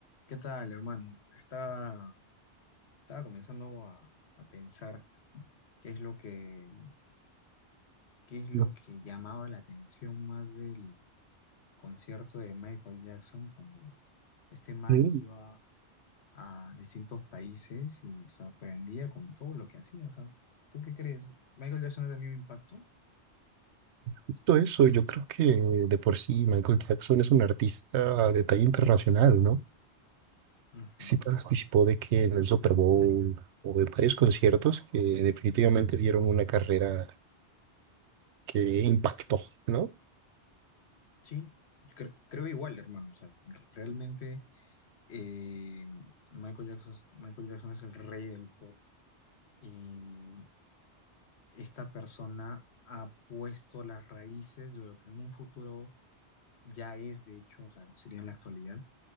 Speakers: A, on the left; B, on the right.
A: ¿Qué tal, hermano? Estaba, estaba comenzando a, a pensar qué es lo que, qué es lo
B: Ok,
A: que llamaba la atención más del concierto de Michael Jackson cuando este man
B: es
A: iba a distintos países y sorprendía con todo lo que hacía. O sea, ¿tú qué crees? ¿Michael Jackson ha tenido impacto?
B: Justo eso, yo creo que de por sí Michael Jackson es un artista de talla internacional, ¿no?
A: Ujú.
B: Sí participó de que en el Super Bowl o de varios conciertos que definitivamente dieron una carrera que impactó, ¿no?
A: Sí, cre- creo igual, hermano. O sea, r- realmente eh, Michael Jackson, Michael Jackson es el rey del pop. Y esta persona ha puesto las raíces de lo que en un futuro ya es, de hecho, o sea, sería en la actualidad,